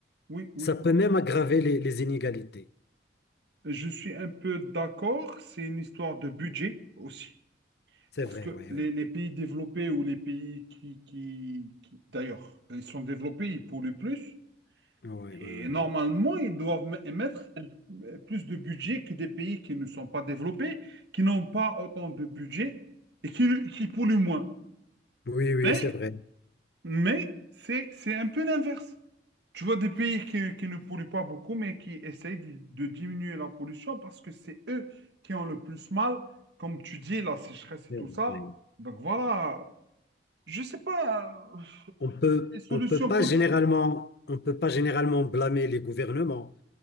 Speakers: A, on the right; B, on the left.
A: oui, oui.
B: Ça peut même aggraver les, les inégalités.
A: Je suis un peu d'accord. C'est une histoire de budget aussi.
B: C'est
A: Parce
B: vrai,
A: que
B: oui.
A: les,
B: Ouais,
A: les pays développés ou les pays qui, qui, qui- d'ailleurs, ils sont développés, ils polluent plus.
B: ouais, ouais, ouais,
A: Et normalement,
B: ouais.
A: ils doivent émettre un- plus de budget que des pays qui ne sont pas développés, qui n'ont pas autant de budget et qui, qui polluent moins.
B: Oui, oui,
A: Mais,
B: c'est vrai.
A: mais c'est, c'est un peu l'inverse. Tu vois des pays qui, qui ne polluent pas beaucoup, mais qui essayent de, de diminuer la pollution parce que c'est eux qui ont le plus mal, comme tu dis, la sécheresse et
B: C'est
A: tout ça.
B: vrai.
A: Donc voilà, je sais pas euh,
B: On peut,
A: les solutions
B: on peut pas
A: possibles.
B: généralement, on peut pas généralement blâmer les gouvernements